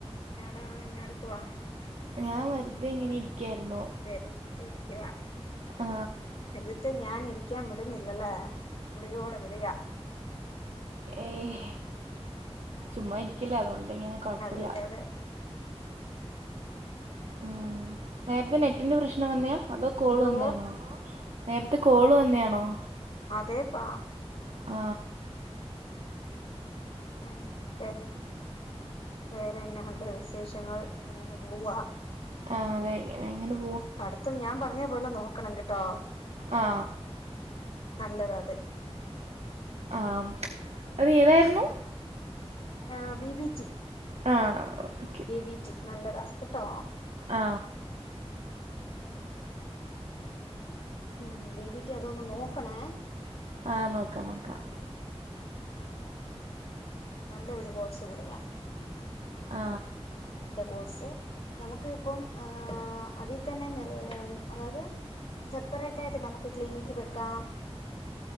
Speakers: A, on the left; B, on the right.
A: എന്നാടാ എന്നാടക്കുവാ
B: ഞാൻ വറുതെ ഇങ്ങനെ ഇരിക്കായിരുന്നു
A: വെറുതരിക്കുവ
B: ആ
A: വെറുതെഹ് ഞാന ഇരിക്കാൻ വിടുന്നില്ലല്ലേ വിളിയോട് വിളിയാ
B: ഏയ് ചുമ്മാ ഇരിക്കല്ലേ അതുകൊണ്ട് ഇങ്ങനെ കുഴപ്പമില്ല
A: അതെ അതെ അതെ
B: ഉം നേരത്തെ നെറ്റിന്റെ പ്രശ്നം വന്നാ അതോ കോള്
A: എന്തോ
B: വന്നാണോ നേരത്തെ കോള് വന്നാ ഓ
A: അതെ പാ
B: ആ
A: പിന്നെ വെ വേറെന്നെ ഉണ്ട് വിശേഷങ്ങള് അങ്ങനെങ്ങ് പോവാ
B: ആഹ് അതെ <unintelligible>
A: പടുത്തം ഞാൻ പറഞ്ഞ പോലെ നോക്കണം കേട്ടോ
B: ആ
A: നല്ലത് അത്
B: ആ അത് ഏതായിരുന്നു
A: ആ ബി ബി റ്റി
B: ആ ഓക്കെ
A: ബി ബി റ്റി നല്ലതാ കേട്ടോ
B: ആ
A: മ് ബിബിറ്റി അതൊന്ന് നോക്കണേ
B: ആ നോക്കാം നോക്കാം
A: നല്ല ഒരു കോഴ്സ് കൂടെയ
B: ആ
A: മ് നല്ല കോഴ്സ് നമുക്ക് ഇപ്പം അതി തന്നെ നി അതായത് സെപ്പറേറ്റ് ആയിട്ട് നമുക്ക് ക്ലിനിക്ക് വെക്കാം